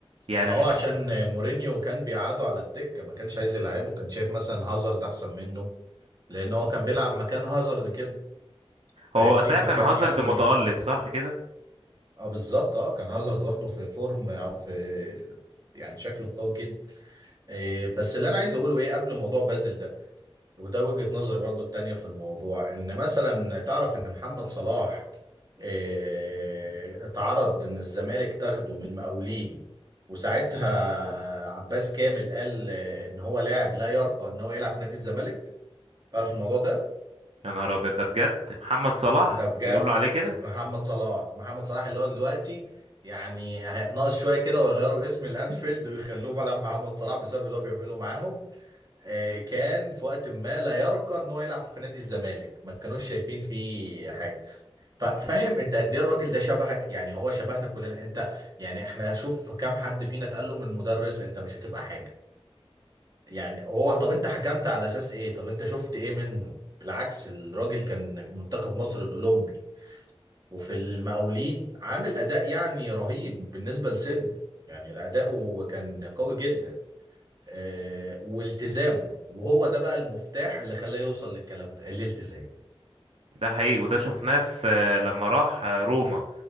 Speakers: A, on the right; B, on the right.
A: يعني
B: ما هو
A: مش
B: عشان مورينيو كان بيقعده على الدكة ما كانش عايز يلعبه كان شايف مثلا هازارد احسن منه لان هو كان بيلعب مكان هازارد كده فاهمني
A: هو وقتها
B: فكان
A: كان هازارد
B: يعني
A: متألق صح كده؟
B: اه بالظبط اه كان هازارد برضه في فورم او في يعني شكله قوي جدا إيه بس اللي انا عايز اقوله ايه قبل موضوع بازل ده وده وجهة نظري برضو التانية في الموضوع ان مثلا تعرف ان محمد صلاح آه، اتعرض ان الزمالك تاخده من المقاولين وساعتها عباس كامل قال آه، ان هو لاعب لا يرقى ان هو يلعب في نادي الزمالك تعرف الموضوع ده
A: يا نهار ابيض ده بجد محمد صلاح
B: ده بجد
A: بيقولوا عليه كده
B: محمد صلاح محمد صلاح اللي هو دلوقتي يعني ناقص شوية كده ويغيروا اسم الانفيلد ويخلوه ملعب محمد صلاح بسبب اللي هو بيعمله معاهم آه، كان في وقت ما لا يرقى ان هو يلعب في نادي الزمالك ما كانوش شايفين فيه حاجه ف- فاهم انت قد ايه الراجل ده شبهك يعني هو شبهنا كلنا انت يعني احنا شوف كام حد فينا اتقال له من مدرس انت مش هتبقى حاجه يعني هو طب انت حكمت على اساس ايه طب انت شفت ايه منه بالعكس الراجل كان في منتخب مصر الاولمبي وفي المقاولين عامل اداء يعني رهيب بالنسبه لسن يعني اداؤه كان قوي جدا آه، والتزامه وهو ده بقى المفتاح اللي خلاه يوصل للكلام ده الالتزام
A: ده حقيقي وده شفناه في لما راح روما